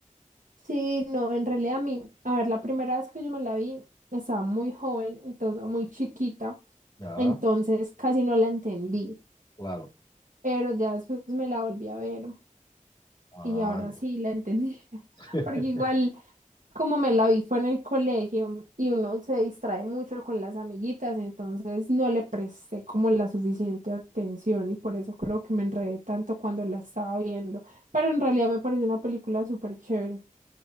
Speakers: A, on the right; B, on the left.
A: Sí, no, en realidad a mí, a ver, la primera vez que yo me la vi, estaba muy joven, entonces, muy chiquita,
B: Ya,
A: entonces casi no la entendí,
B: claro.
A: pero ya después me la volví a ver
B: Ah,
A: Y ahora
B: ya.
A: sí la entendí. <laughs>
B: <laughs>
A: Porque igual, como me la vi fue en el colegio y uno se distrae mucho con las amiguitas, entonces no le presté como la suficiente atención y por eso creo que me enredé tanto cuando la estaba viendo. Pero en realidad me pareció una película súper chévere.